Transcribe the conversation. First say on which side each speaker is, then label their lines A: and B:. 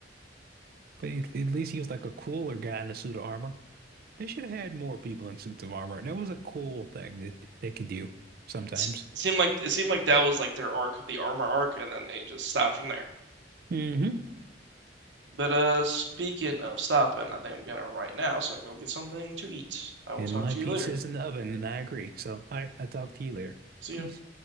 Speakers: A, on the right; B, on the right.
A: But he, at least he was like a cooler guy in the suit of armor. They should have had more people in suits of armor, and that was a cool thing that they could do sometimes.
B: It's, it seemed like it seemed like that was like their arc, the armor arc, and then they just stopped from there.
A: hmm
B: But uh, speaking of stopping, I think I'm gonna right now, so I can go get something to eat. I will
A: And
B: talk
A: my
B: to
A: pizza's
B: you later.
A: in the oven, and I agree. So I I talk to you later.
B: See
A: Peace.
B: you.